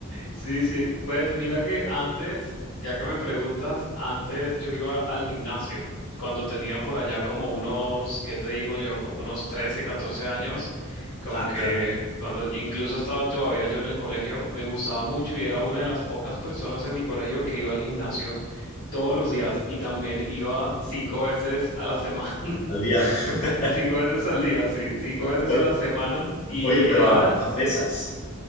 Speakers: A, on the left; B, on the left.
A: Sí, sí. Pues mira que antes, ya que me preguntas, antes yo iba al gimnasio. Cuando tenía por allá como unos, ¿qué te digo yo? Como unos 13 14 años. Como
B: Ah,
A: que
B: caray.
A: cuando incluso estaba todavía yo en el colegio, me gustaba mucho y era una de las pocas personas en mi colegio que iba al gimnasio todos los días y también iba cinco veces a la <laughs> semana.
B: Al día. <laughs>
A: Cinco veces al día, sí, cinco veces
B: Oye,
A: a la semana. Y
B: oye, pero
A: eras,
B: a, la- a pesas